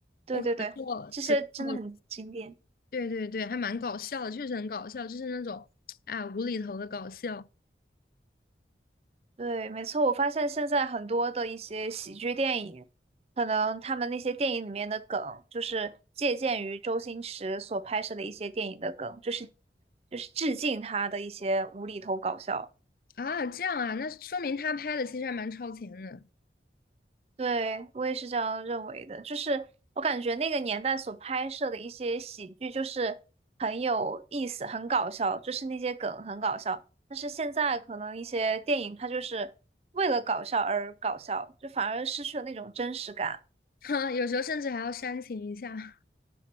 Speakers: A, on the right; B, on the left.
A: 对对对，
B: 我可能就只看过
A: 这些真的很经典。
B: 对对对，还蛮搞笑的，确实很搞笑，就是那种啊无厘头的搞笑
A: 对，没错，我发现现在很多的一些喜剧电影，可能他们那些电影里面的梗，就是借鉴于周星驰所拍摄的一些电影的梗，就是就是致敬他的一些无厘头搞笑。
B: 啊，这样啊，那说明他拍的其实还蛮超前的，
A: 对，我也是这样认为的，就是我感觉那个年代所拍摄的一些喜剧，就是很有意思，很搞笑，就是那些梗很搞笑。但是现在可能一些电影，它就是为了搞笑而搞笑，就反而失去了那种真实感。
B: <laughs> 哈，有时候甚至还要煽情一下。